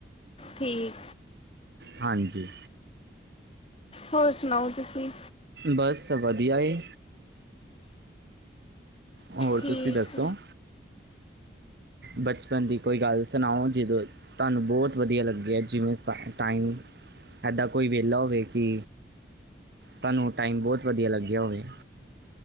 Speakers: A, on the left (about 30°); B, on the right (about 60°).
A: ਠੀਕ
B: ਹਾਂਜੀ
A: ਹੋਰ ਸੁਣਾਓ ਤੁਸੀਂ
B: ਬਸ ਵਧੀਆ ਏ ਹੋਰ
A: ਠੀਕ
B: ਤੁਸੀਂ ਦੱਸੋ ਬਚਪਨ ਦੀ ਕੋਈ ਗੱਲ ਸੁਣਾਓ ਜ ਤੁਹਾਨੂੰ ਬਹੁਤ ਵਧੀਆ ਲੱਗਿਆ ਹੈ ਜਿਵੇਂ ਸਾਨੂੰ ਟਾਈਮ ਇੱਦਾਂ ਕੋਈ ਵੇਲਾ ਹੋਵੇ ਕਿ ਤੁਹਾਨੂੰ ਟਾਈਮ ਬਹੁਤ ਵਧੀਆ ਲੱਗਿਆ ਹੋਵੇ